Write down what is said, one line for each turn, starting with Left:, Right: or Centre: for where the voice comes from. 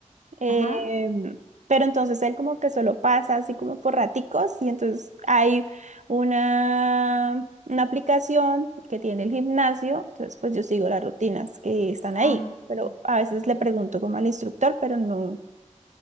Right: Em,
Left: Ajá.
Right: pero entonces él como que solo pasa así como por raticos y entonces hay una, una aplicación que tiene el gimnasio, entonces pues yo sigo las rutinas que están
Left: Ah,
Right: ahí,
Left: ok.
Right: pero a veces le pregunto como al instructor, pero no,